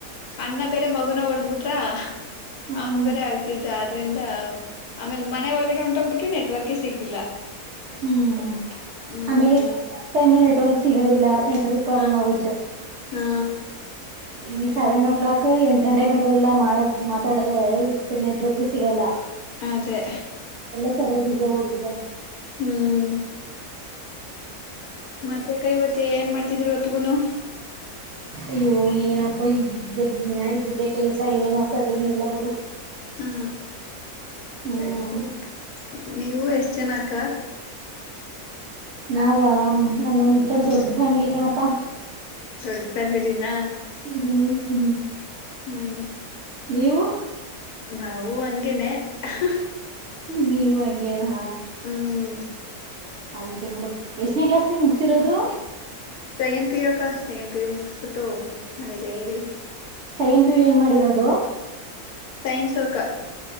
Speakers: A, on the left; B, on the right.
A: ಅಣ್ಣ ಬೇರೆ ಮಗುನ ಹೊಡದ್ ಬಿಟ್ರ
B: ಹ್ಮ
A: ಅವನ್ ಬರೆ ಅಲ್ತಿದ್ದ ಅದ ಅದರಿಂದ ಆಮೇಲೆ ಮನೆ ಒಳಗಡೆ ಹೊಂಟೋಗ್ಬಿಟವಿ ನೆಟ್ವರ್ಕ ಸಿಗ್ಲಿಲ್ಲ
B: ಹ್ಮ್
A: ಹ್ಮ್
B: ಆಮೇಲೆ ನೆಟ್ವರ್ಕ್ ಸರಿ ಇಲ್ಲ ಸಿಗದಿಲ್ಲ. ಫುಲ್ ಪ್ರಾಬ್ಲಮ್
A: ಹಾ
B: ಆಗುತ್ತೆ.
A: ಹಾ
B: ಈ ಸೆವೆನ್ ಓ ಕ್ಲಾಕ್ ಎಂಟ ಗಂಟೆ ಮೇಲೆ ಎಲ್ಲ ಮಾಡ ಮಾತಾಡಿದರೆ ಇಟ್ ನೆಟ್ವರ್ಕ್ ಸಿಗಲ್ಲ.
A: ಅದೆೇ
B: ಎಲ್ಲ ಸರ್ವೆ ಬ್ಯುಸಿಗಿಬಿಡುತ್ತೆ
A: ಹ್ಮ್ ಮತ್ತೆ ಕೈವತ್ತಿ ಏನ್ ಮಾಡ್ತಿದ್ರಿ ಒತ್ತುಗುನು
B: ಅಯ್ಯೋ ಏನಪ್ಪ ಇದ್ದ ದಿನ ಇದ್ದಿದ್ದೆ ಕೆಲ್ಸ ಏನು ಹೊಸದಏನ ಇಲ್ಲ ಬಿಡು.
A: ಹಾ
B: ಹ್ಮ್
A: ಸರಿ ಸರಿ ನೀವು ಎಷ್ಟ ಜನ ಅಕ್ಕ.
B: ನಾವ ನಮ್ದ್ ಒಂತರ
A: ಹ್ಮ್
B: ದೊಡ್ಡಫ್ಯಾಮಿಲಿ ಕಣಪ್ಪಾ
A: ದೊಡ್ಡ ಫ್ಯಾಮಿಲಿನಾ
B: ಹ್ಮ
A: ಹ್ಮ್
B: ನೀವು
A: ನಾವು ಹಂಗೇನೆ ಹಾ ಹಾ
B: ನೀವ ಹಂಗೇರ ಹ
A: ಹ್ಮ್
B: ಆಯ್ತ ಬಿುಡು ಎಷ್ಟನೇ ಕ್ಲಾಸ್ ನಿಮ ಮುಗ್ಸಿರೋದು
A: ಸೈನ್ ಪಿಯೋಕಾ ಸೈನ್. ಬೇ ಮುಿಸಬಿಟ್ಟು ಮನೆಯಲ್ಲ ಇದ್ದವಿ
B: ಸೈನ್ ಪು ಏನ್ ಮಾಡಿರೋದು
A: ಸೈನ್ಸೋಕ